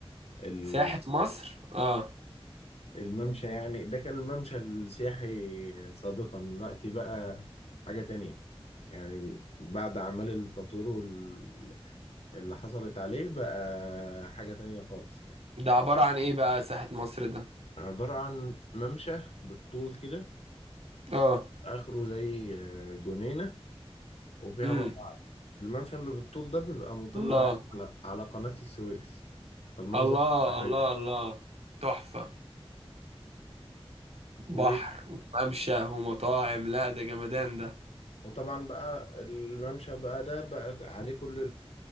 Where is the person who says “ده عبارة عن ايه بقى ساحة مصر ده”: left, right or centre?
Right